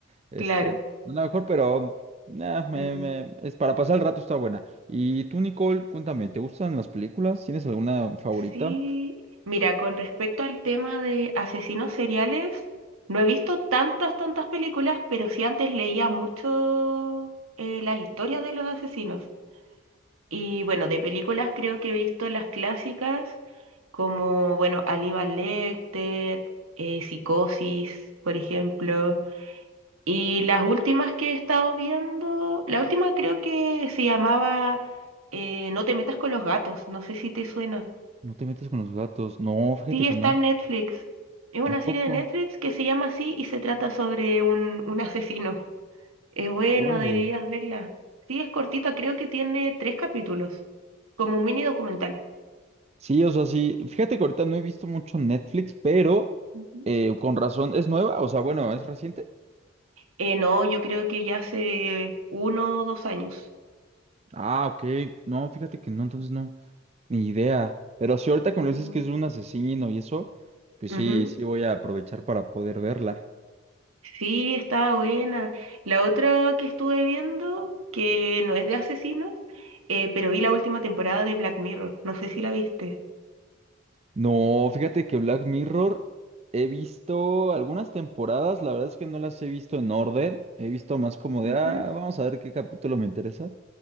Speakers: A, on the right (about 30°); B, on the right (about 85°).
A: este,
B: <laughs> claro.
A: la mejor, pero nah, me,
B: Mm,
A: me- es para pasar el rato está buena. Y tú, Nicole, cuéntame, ¿te gustan las películas? ¿Tienes alguna favorita?
B: Sí. Mira, con respecto al tema de asesinos seriales, no he visto tantas, tantas películas, pero sí antes leía mucho eh, las historias de los asesinos. Y bueno, de películas creo que he visto las clásicas como, bueno, Aníbal Lecter, eh, Psicosis, por ejemplo. Y las últimas que he estado viendo, la última creo que se llamaba eh, No te metas con los gatos, no sé si te suena.
A: No te metes con los gatos. No, fíjate
B: Sí,
A: que
B: está
A: no.
B: en Netflix. Es una
A: ¿A
B: serie
A: poco?
B: de Netflix que se llama así y se trata sobre un, un <laughs> asesino. Es buena,
A: Órale.
B: deberías verla. Sí, es cortita, creo que tiene tres capítulos, como un mini documental.
A: Sí, o sea, sí. Fíjate que ahorita no he visto mucho Netflix, pero
B: Ujú.
A: eh, con razón, ¿es nueva? O sea, bueno, ¿es reciente?
B: Eh, no, yo creo que ya hace uno o dos años.
A: Ah, ok. No, fíjate que no, entonces no, ni idea. Pero si ahorita que me dices
B: Ujú.
A: que es un asesino y eso, pues
B: Ujú.
A: sí, sí voy a aprovechar para poder verla.
B: Sí, estaba buena. La otra que estuve viendo, que no es de asesinos, eh, pero vi la última temporada de Black Mirror. No sé si la viste.
A: No, fíjate que Black Mirror he visto algunas temporadas, la verdad es que no las he visto en orden, he visto más como de,
B: Ujú.
A: ah, vamos a ver qué capítulo me interesa